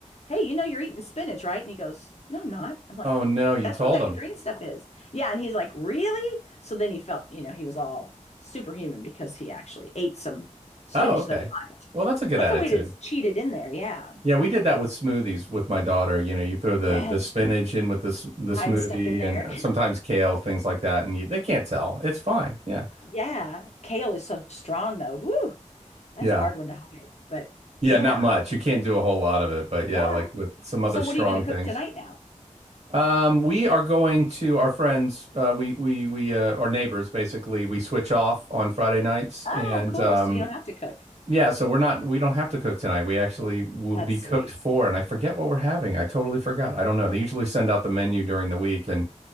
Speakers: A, on the left; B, on the right.
A: "Hey, you know you're eating spinach, right?" And he goes, "No, I'm not." I'm like,
B: Oh no, you
A: "That's
B: told
A: what that
B: him.
A: green stuff is." Yeah, and he's like, "Really?" So then he felt, you know, he was all superhuman because he actually ate some spinach
B: Oh, okay.
A: that he liked.
B: Well, that's a good
A: That's
B: attitude.
A: a way to cheat it in there. Yeah.
B: Yeah, we did that with smoothies with my daughter. You know, you throw the
A: Yes,
B: the spinach in with the s- the smoothie
A: hide stuff in there.
B: and uh, sometimes kale, things like that, and you, they can't tell. It's fine. Yeah.
A: Yeah, kale is so strong though. Whoo, that's
B: Yeah.
A: a hard one to hide. But
B: Yeah,
A: yeah,
B: not much. You can't do a whole lot of it, but yeah,
A: yeah.
B: like with some other
A: So
B: strong
A: what are you going to cook
B: things.
A: tonight now?
B: Um, we are going to our friends, uh, we we we uh, our neighbors basically. We switch off on Friday nights
A: Oh,
B: and
A: cool.
B: um
A: So you don't have to cook.
B: Yeah, so we're not, we don't have to cook tonight. We actually will
A: That's
B: be
A: sweet.
B: cooked for, and I forget what we're having. I totally forgot. I don't know. They usually send out the menu during the week, and